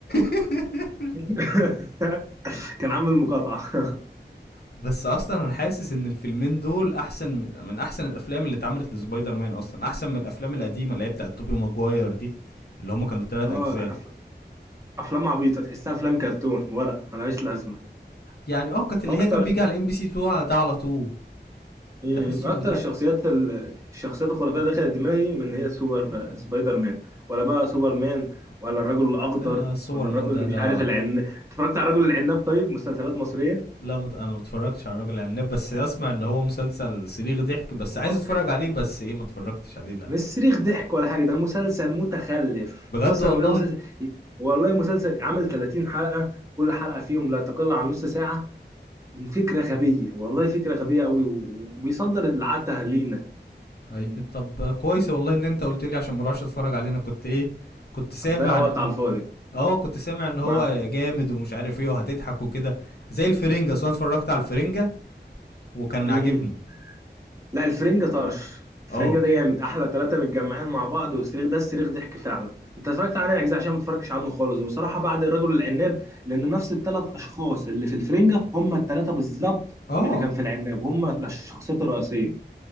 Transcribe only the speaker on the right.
<laughs> كان عامل مقاطعة <laughs>
اه
أف- افلام عبيطة تحسها افلام كرتون ورق ملهاش لازمة
واكتر
مم،
اكتر
الشخصيات ال- الشخصيات الخرافية اللي دخلت دماغي من هي سوبر آه، سبايدر مان ولا بقى سوبر مان ولا الرجل الاخضر
ولا الرجل
اللي مش
عارف العناب اتفرجت على الرجل العناب طيب مسلسلات مصرية
مصري
مش صريخ ضحك ولا حاجه ده مسلسل متخلف
وقسما
بالله مسلسل والله مسلسل عامل 30 حلقه كل حلقه فيهم لا تقل عن نص ساعه فكره غبيه والله فكره غبيه قوي وبيصدر العته لينا
يعني
هتضيع
وقت على الفاضي
مع
مم.
لا الفرنجة طرش الفرنجة
ده جامد احلى ثلاثة متجمعين مع بعض والصريخ ده الصريخ ضحك فعلا انت اتفرجت عليه اجزاء عشان ما اتفرجتش عنه خالص وبصراحة بعد الرجل العناب لان نفس الثلاث اشخاص اللي في الفرنجة هم الثلاثة بالظبط
اللي كان في العناب هم الشخصيات الرئيسية